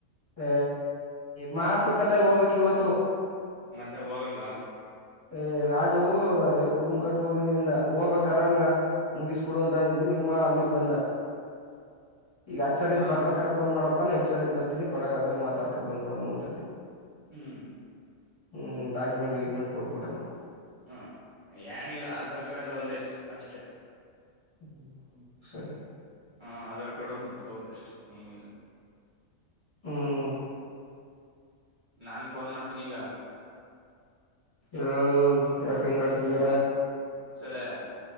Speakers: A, on the left; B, on the right.
A: ಹ ಮಾತ ಕಥ ಹೋಗ್ಬೇಕ ಇವತ್ತು
B: ಮತ್ತೆ ಹೋಗಲ್ವಾ
A: ಏ್ ರಾಜು ಅದೇ ಕುರ್ಮು ಕಟ್ ಹೋಗಿನಿ ಅಂದ ಹೋಗ್ಾರ ನ ಮುಗಿಸ್ಬಿಡು ಅಂತಂದಿದಿ ನಿಮ್ ಅಲ್ಲಿಗ್ ಬಂದ ಈಗ ಆಚ್ಚೋರಿಂದ
B: ಆ
A: ಬರ್ಬೇಕ್ರ ೋನ್ ಮಾಡಪ್ಪ ನಾ ಈಚ್ಚೋರಿಂದ ಬರ್ತಿನಿ ಕೊ ಒಳಗ ಅದ್ರ ಮಾತಾಡ್ಕ ಬಂದ್ಬಡಮ್ಮ ಅಂತಂದಂದು
B: ಹ್ಮ್
A: ಹ್ಮ್ ಡಾಕುಮೆಂಟ್ ವಕುಮೆಂಟ್ ಕೊಟ್ಟುಬಟ್ಟೋಮ್ಮ
B: ಹ್ಮ ಏನಿಲ್ಲ ಆಧಾರ್ ಕಾರ್ಡ್ ಒಂದೇ ಅಷ್ಟೆ
A: ಹ ಸರಿ
B: ಹ ಆಧಾರ್ ಕಾರ್ಡ್ ಒಂದ ನಿತ್ಕೋಗ ಅಷ್ಟೇ ಇನ್ನೇನಿಲ್ಲ
A: ಹ್ಮ್
B: ನಾನ್ ಫೋನ್ ಮಾಡ್ತೀನಿ ಈಗ
A: ಇೋ ಯಾಕಂಗ ಕತಿದ
B: ಸರಿ